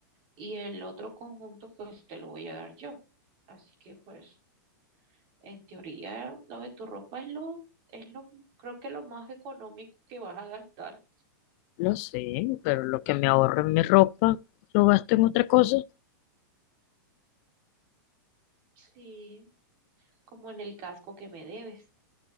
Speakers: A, on the right; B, on the left.
A: y el otro conjunto pues te lo voy a dar yo. Así que pues en teoría lo de tu ropa es lo, es lo, creo que lo más económico que vas a gastar.
B: Lo sé, pero lo que me ahorro en mi ropa lo gasto en otra cosa
A: Sí, como en el casco que me debes.